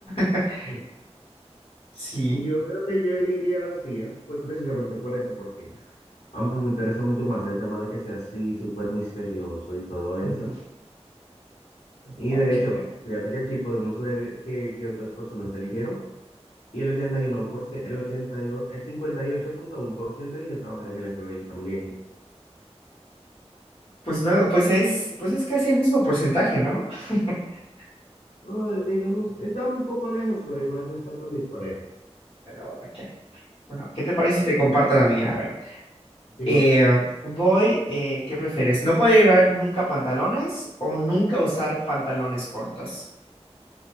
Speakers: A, on the left (about 50°); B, on the left (about 80°).
A: <laughs>
B: Mm.
A: Sí,
B: Yo creo que yo elegiría la CIA, pues precisamente por eso, porque a mí me interesa mucho más el tema de que sea así, súper misterioso y todo eso.
A: bu-
B: Y
A: ok.
B: de hecho, fíjate que aquí podemos ver que, que otras personas eligieron. Y el 81% el 88, el cincuenta y ocho punto uno por ciento eligió trabajar en el FBI también.
A: Pues no, pues es, pues es casi el mismo porcentaje, ¿no? <laughs>
B: Ah, digamos, está un poco lejos, pero igual no está tan disparejo.
A: Ok. Bueno, ¿qué te parece si te comparto la mía? A ver,
B: Sí,
A: eh,
B: va.
A: voy, eh, ¿qué prefieres? ¿No puedo llevar nunca pantalones o nunca usar pantalones cortos?